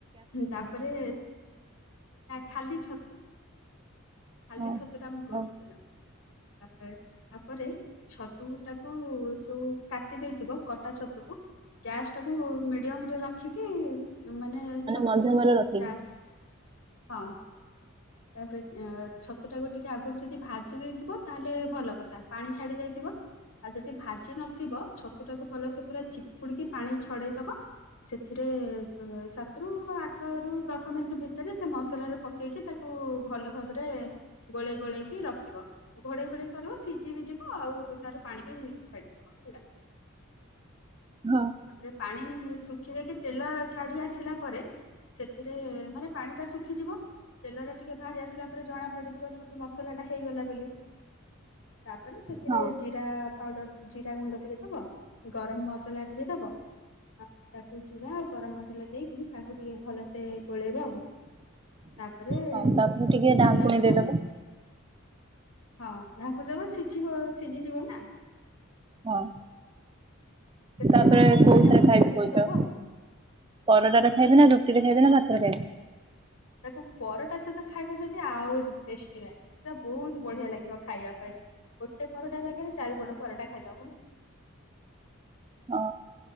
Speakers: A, on the left (about 80°); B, on the right (about 25°).
A: ତାପରେ ନା ଖାଲି ଛତୁ। ଖାଲି
B: ହଁ
A: ଛତୁ ଟା ମୁଁ କହୁଚି
B: ହଉ
A: ଶୁଣ। ଆ ତାପରେ ଛତୁଟାକୁ ଯୋଉ କାଟି ଦେଇଥିବ କଟା ଛତୁକୁ ଗ୍ୟାସ୍ ଟାକୁ ମିଡିୟମ ରେ ରଖିକି <unintelligible> ମାନେ ଛତୁ
B: ମଧ୍ୟମରେ ରଖିକି
A: ଗ୍ୟାସ୍। ହଁ ତାପରେ ଆଁ ଛତୁ ଟାକୁ ଟିକେ ଆଗରୁ ଯଦି ଭାଜି ଦେଇଥିବ ତାହେଲେ ଭଲ କଥା ପାଣି ଛାଡି ଯାଇଥିବ ଆଉ ଯଦି ଭାଜି ନଥିବ ଛତୁ ଟାକୁ ଭଲ ସେ ପୁରା ଚିପୁଡିକି ପାଣି ଛଡେଇ ଦବ ସେଥିରେ ସାତ ରୁ ଆଠ ରୁ ଦଶ ମିନିଟ ଭିତରେ ସେ ମସଲା ର ପକେଇକି ତାକୁ ଭଲ ଭାବରେ ଗୋଳେଇ ଗୋଳେଇକି ରଖିବ ଘୋଡେଇ ଘୋଡେଇ କରିବ ସିଝି ବି ଯିବ ଆଉ ତାର ପାଣି ବି ଛାଡିଯିବ ହେଲା।
B: ହଁ
A: ତାପରେ ପାଣି ଶୁଖି ଯାଇକି ତେଲ ଛାଡି ଆସିଲା ପରେ ସେଥିରେ ମାନେ ପାଣି ଟା ଶୁଖିଯିବ ତେଲ ଟା ଟିକେ ବାହାରି ଆସିଲା ପରେ ଜଣା ପଡିଯିବ ଛତୁ ମସଲା ଟା ହେଇଗଲା ବୋଲି। ତାପରେ ସେଥିରେ
B: ହଁ
A: ଜିରା ପାଉଡର ଜିରା ଗୁଣ୍ଡ ଟିକେ ଦବ। ଗରମ ମସଲା ଆଉ ତାକୁ ଜିରା ଆଉ ଗରମ ମସଲା ଦେଇକି ତାକୁ ଟିକେ ଭଲସେ ଗୋଳେଇବେ ଆଉ। ତାପରେ
B: ହଁ ତାପରେ ଟିକେ ଢାଙ୍କୁଣୀ
A: ହେଲା ପରେ
B: ଦେଇଦବ
A: ହଁ ଢାଙ୍କୁଣି ଜବ ସିଝିବ ସିଝିଯିବ ନା
B: ହଁ
A: ସେଥିରେ
B: ତାପରେ
A: କଣ ହେଲା
B: କୋଉଥିରେ
A: ଧଣିଆ ପତ୍ର
B: ଖାଇବି
A: ଟିକେ
B: କୋଛ
A: ଦବ ଆଉ।
B: ପରଡ଼ରେ ଖାଇବି ନା ରୁଟିରେ ଖାଈବି ନା। ହେରା ଦେନି
A: ତାକୁ ପରଟା ସହିତ ଖାଇବା ଯଦି ଆହୁରି ଟେଷ୍ଟି ଲାଗେ ପୁରା ବହୁତ ବଢିଆ ଲାଗିବ ଖାଇବା ପାଇଁ ଗୋଟେ ପରଟା ଜାଗ ନା ଚାରିପଟ ପରଟା ଖାଇଦବ।
B: ହଁ।